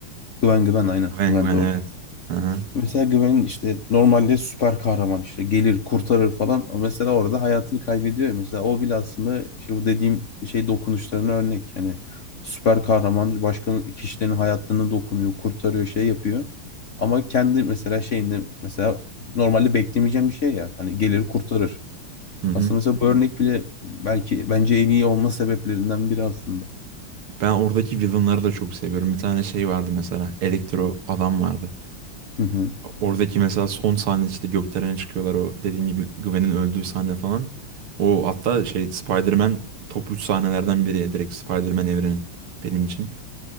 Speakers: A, on the left (about 55°); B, on the right (about 75°).
A: Gwen Gwen aynen.
B: Gwen
A: Gwen
B: Gwen
A: doğru.
B: evet. Aha.
A: Mesela Gwen'in işte normalde süper kahraman işte gelir kurtarır falan. O mesela orada hayatını kaybediyor. ya. Mesela o bile aslında işte bu dediğim şey dokunuşlarına örnek. Hani süper kahraman başka kişilerin hayatını dokunuyor, kurtarıyor, şey yapıyor. Ama kendi mesela şeyinde mesela normalde beklemeyeceğim bir şey ya. Hani gelir kurtarır.
B: Hı hı.
A: Aslında mesela bu örnek bile belki bence en iyi olma sebeplerinden biri aslında.
B: Ben oradaki villainları da çok seviyorum. Bir tane şey vardı mesela. Elektro adam vardı.
A: Hı hı.
B: Oradaki mesela son sahne işte gökdelene çıkıyorlar o dediğin gibi Gwen'in öldüğü sahne falan. O hatta şey Spider-Man top 3 sahnelerden biri direkt Spider-Man evrenin benim için.